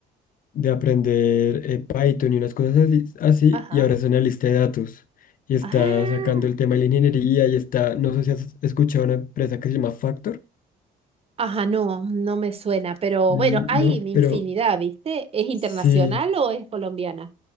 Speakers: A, on the left; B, on the right.
A: de aprender eh, Python y unas cosas así, así,
B: ajá.
A: y ahora es analista de datos y está
B: Ah,
A: sacando el tema de la ingeniería y está, no sé si has escuchado una empresa que se llama Factor,
B: Ajá, no, no me suena, pero
A: mm,
B: bueno, hay
A: no,
B: infinidad,
A: pero
B: ¿viste? ¿Es internacional
A: sí,
B: o es colombiana?